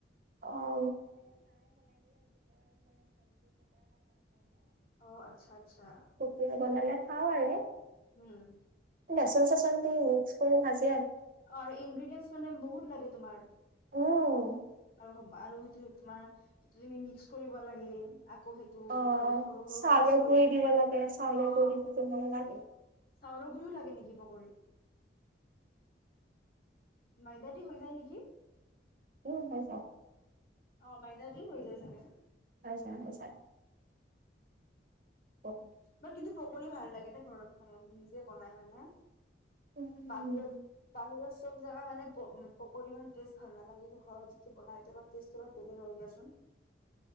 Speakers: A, on the right; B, on the left.
A: অ <unintelligible>
B: অ আচ্ছা আচ্ছা
A: কেতিয়াবা মানে <unintelligible> হ হয়ে
B: উম
A: বেচন চেচন দি মিক্স কৰি ভাজ
B: আৰু ইনগ্ৰিডিয়েণ্চ মানে বহুত লাগে তোমাৰ
A: উম
B: আৰু আৰু সেইটো তোমাৰ সেইটো তুমি মিক্স কৰিব লাগিল আকৌ সেইটো
A: অ
B: সটো সৰু সৰু
A: চাউলৰ
B: পিচ কৰি
A: গুৰি
B: হেনো
A: দিব লাগে চাউলৰ
B: অ
A: গুৰি দি বনাব লাগে
B: চাউৰ গুৰিও লাগে নেকি পকীত মাইদাদ হৈ যায় নেকি
A: উ হয় যাই
B: অ মাইদাদি হৈ যায় চাগে
A: <unintelligible> অহ
B: বাৰ কিন্তু পকৰৰিও ভাল লাগে দে ঘৰত মানে নিজে বনাই মানে
A: উম উম,
B: বাহিৰত বাহিৰত চব জোগা মানে পকৰি মানে টেষ্ট ভাল নালাগে কিন্তু ঘৰত যিটো বনাই অলপ টেটো অলপ বেলেগ হয় দিয়াচোন